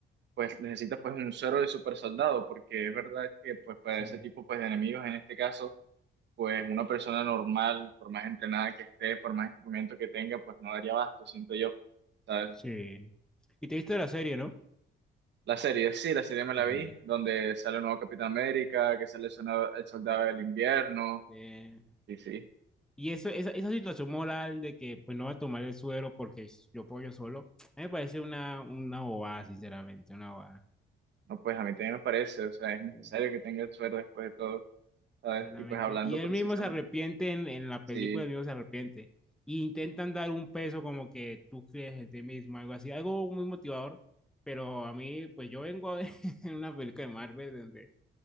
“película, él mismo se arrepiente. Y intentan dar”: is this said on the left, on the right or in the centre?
Centre